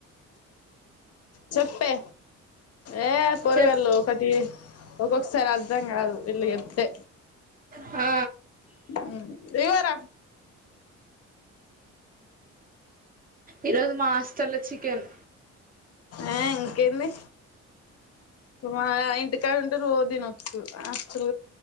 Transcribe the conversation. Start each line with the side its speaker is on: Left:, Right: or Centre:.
Left: చెప్పే ఏ పే
Right: చెప్
Left: రిగలో ఒకటి ఒక్కొక్కసారి అర్ధం కాదు వీళ్ళు చెప్తే
Right: ఆ
Left: మ్ రవార
Right: ఇరుజు మా హోస్టల్లో చికెన్
Left: ఆ ఇంకేంది తమ ఇంటికా ఉంటే రో తినొచ్చు అస్లు